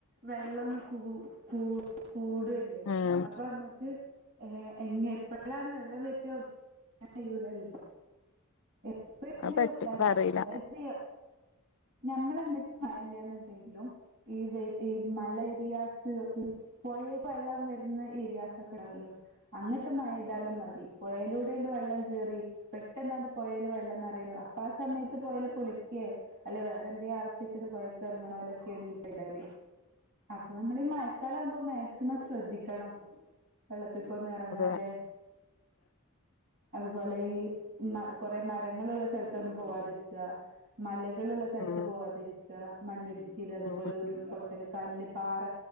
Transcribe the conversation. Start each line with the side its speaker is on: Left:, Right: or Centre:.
Right: വെള്ളം കൂ കൂ കൂടല്ലേ
Left: ഉം
Right: അപ്പൊ നമ്മക്ക് ഏ എങ്ങ എപ്പോഴാണ് വെള്ളം വരിക ഒന്നും കഴിയൂലല്ലോ എപ്പ ആയാലും
Left: അത് പറ്റും
Right: വര
Left: അതറിയില്ല
Right: അതായത് ഞമ്മളെങ്ങിട്ട് മഴല്ലന്ന്ണ്ടെങ്കിലും <unintelligible> പുഴയെക്ക് വെള്ളം വരുന്ന ഏരിയാസ് ഒക്കെ ഉണ്ടാവല്ലോ അങ്ങ്ട്ട് മഴപെയ്താലും മതി പുഴയിലൂടെണ്ട് വെള്ളം കേറി പെട്ടെന്നാണ്ട് പൊഴേല് വെള്ളംനറിയെലോ അപ്പൊ ആ സമയത്ത് പാെഴേല് കുളിക്കേ അല്ലെ വേറെ എന്തേ ആവശ്യത്തിന് പോയൊക്കെറങ്ങ്ണലോക്കെയാണ് ഈ പെടല് അപ്പൊ നമ്മളീ ഈ മയക്കാലം ആവുമ്പോ മാക്സിമം ശ്രദ്ധിക്കണം വെള്ളത്ത്ക്ക് ഒന്നും ഇറങ്ങാതെ
Left: അത്
Right: അതുപോലെ ഈ കൊറേ മരങ്ങളുള്ള സ്ഥലത്തൊന്നും പോവാതിരിക്ക മലകളുള്ള സ്ഥലത്ത്
Left: ഉം
Right: പോവാതിരിക്ക മണ്ണിടിച്ചൽ അതുപോലെ
Left: ഉം
Right: ഉരുൾപൊട്ടല് കല്ല് പാറ